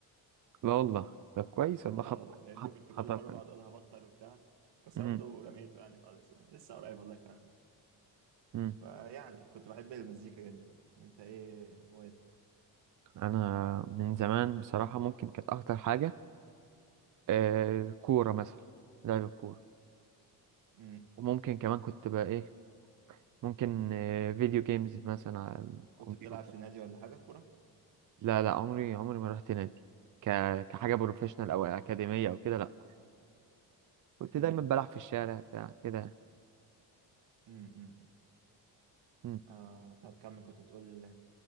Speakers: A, on the right (about 50°); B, on the right (about 85°).
A: لا والله طب كويس والله خطأ
B: آه، والله، لأن
A: خطأ
B: كنت
A: خطأ
B: كل مرة
A: كويس
B: بقعد أقول هبطل وبتاع كسرته
A: امم
B: ورميته يعني خالص لسه قريب والله كمان
A: امم
B: فيعني كنت بحب المزيكا جدا يعني. أنت إيه هوايتك؟
A: انا من زمان بصراحة ممكن كانت اكتر حاجة آه الكورة مثلا لعب الكورة
B: مم.
A: وممكن كمان كنت بقى ايه ممكن آه فيديو جيمز مثلا على
B: كنت
A: الكمبيوتر
B: بتلعب في نادي ولا حاجة كورة؟
A: لا لا عمري عمري ما رحت نادي ك... كحاجة بروفيشنال أو أكاديمية أو كده لا كنت
B: مم.
A: دايما بلعب في الشارع بتاع كده
B: مم. مم.
A: مم.
B: آه طب كمل كنت بتقول